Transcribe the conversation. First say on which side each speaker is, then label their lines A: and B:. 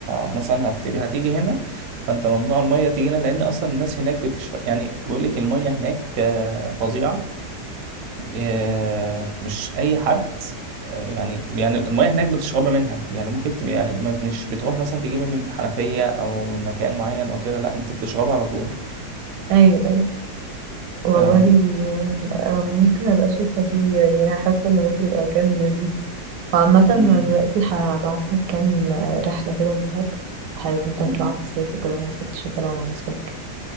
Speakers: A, on the right; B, on the right.
A: مثلا هت... هتيجي هنا فانت ممنوع الميه تيجي هنا لان اصلا الناس هناك بتشرب يعني بيقول لك الميه هناك آه، فظيعه آه، مش اي حد آه، يعني يعني الميه هناك بتشربي منها يعني ممكن تبقى يعني ما- مش بتروح مثلا تجيبي من حنفيه او من مكان معين او كده لا انت بتشربها على طول
B: ايوه ايوه والله
A: فاهماني
B: آم، آم، ممكن ابقى اشوفها دي يعني حاسة ان ممكن يبقى مكان لذيذ وعامة انا
A: مم.
B: دلوقتي هبعتلك كام رحلة كده لدهب وحابب انت تطلع
A: مم.
B: في الصيف وكده انا كنت شغالة ومناسبة